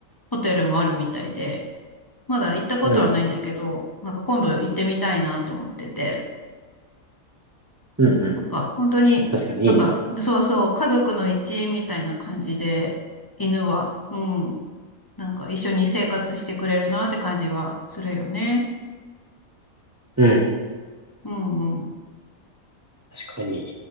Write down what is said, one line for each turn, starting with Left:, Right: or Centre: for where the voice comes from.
Left: ホテルもあるみたいで、まだ行ったことはないんだけど、
Right: うん、
Left: なんか今度行ってみたいなと思ってて、
Right: うん、うん。
Left: なんか、本当に、
Right: 確かにいいね。
Left: なんか、そうそう、家族の一員みたいな感じで、犬は、うん、なんか一緒に生活してくれるなって感じはするよね。
Right: うん。
Left: うん、うん、
Right: 確かに。